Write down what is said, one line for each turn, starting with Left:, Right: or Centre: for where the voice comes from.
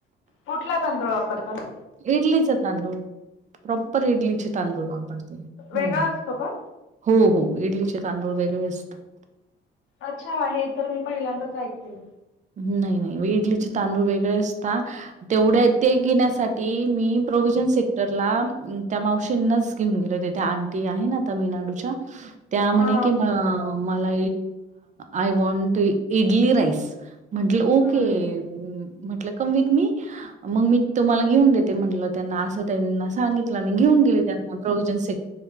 Left: कुठला तांदूळ वापरतात
Right: इडलीच तांदूळ प्रॉपर इडलीचे तांदूळ वापरते हो
Left: वेगळा असतो का?
Right: हो हो इडलीचे तांदूळ वेगळे असतात
Left: अच्छा हे तर मी पहिल्यांदाच ऐकते
Right: नाही नाही इडलीचे तांदूळ वेगळे असतात. तेवढे ते घेण्यासाठी मी प्रोवि्हजन सेक्टरला त्या मावशींनाच घेऊन गेले होते त्या आणंटी आहे ना तामिळनाडूच्या त्या म्हणे
Left: हा.
Right: की मला आय वॉंट इडली राईस. म्हटलं ओके
Left: हम्म
Right: म्हंटलं कम विथ मी- मग मी तुम्हाला घेऊन देते म्हटलं त्यांना असं त्यांना सांगितलं आणि घेऊन गेले त्यांना प्रोविजन स